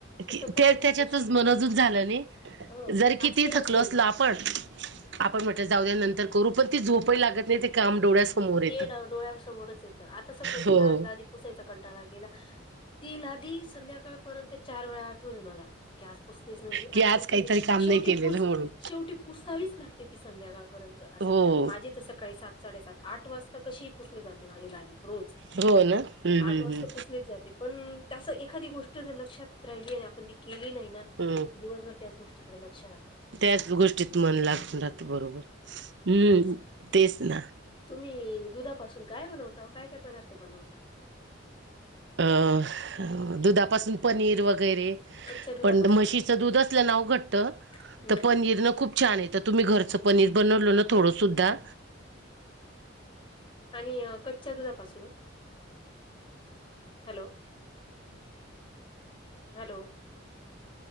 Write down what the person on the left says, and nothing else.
सपोज एखाद
दिवशी
ह
आज केलंच
नाही
मी
ते डोळ्या समोरच येतं आता सपोज
मी आजला आधी पुसायचा कंटाळा गेला ती लादी संध्याकाळपर्यंत चार वेळा आठवल मला की आज पुसलीच नाही
आज पुसलीच
शेवटी
शेवटी पुससावीच लागते ती संध्याकाळपर्यंत असं
माझी तर सकाळी सात साडेसात आठ वाजता कशी पुसले जाते माझे लादी रोज
आठ
वाजता
पुसलेच जाते. ते पण तस एखादी गोष्ट जर लक्षात राहिली आणि आपण ती केली नाही ना
दिवसभर त्याच गोष्टीकडे लक्ष राहत.
नाही.
असं
तुम्ही दुधापासून काय बनवता काय काय पदार्थ बनवता
कच्च्या दुधापासून
हम्म
आणि कच्च्या दुधापासून hello hello